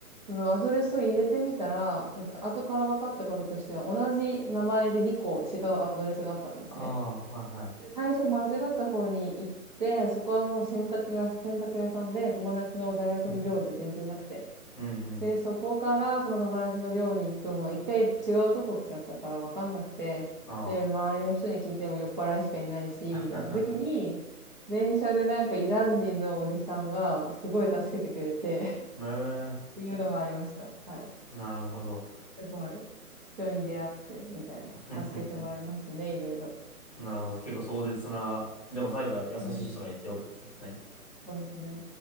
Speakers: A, on the right (about 35°); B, on the left (about 25°).
A: そのアドレスを入れてみたら、後から分かったこととしては、同じ名前で2個違うアドレスがあったんですね。
B: ああ、はい、はい。
A: で最初間違った方に行って、そこはもう洗濯屋、洗濯屋さんで友達の大学の寮じゃ全然なくて。
B: <laughs> うんうん。
A: で、そこからその友達の寮に行くも、一回違うとこ来ちゃったから分かんなくて、
B: あ
A: で、周りの人に聞いても酔っ払いしかいないし、
B: あ。
A: みたいな時に、電車でなんかイラン人のおじさんがすごい助けてくれて
B: <laughs>
A: <laughs>
B: ええ、
A: っていうのもありました。はい。
B: なるほど。
A: すごい。人に出会って、みたいな。
B: <laughs>
A: 助けてもらいましたね、いろいろ。
B: なるほど。結構壮絶な、でも最後は優しい人がいてよかったですね。
A: うん。そうですね。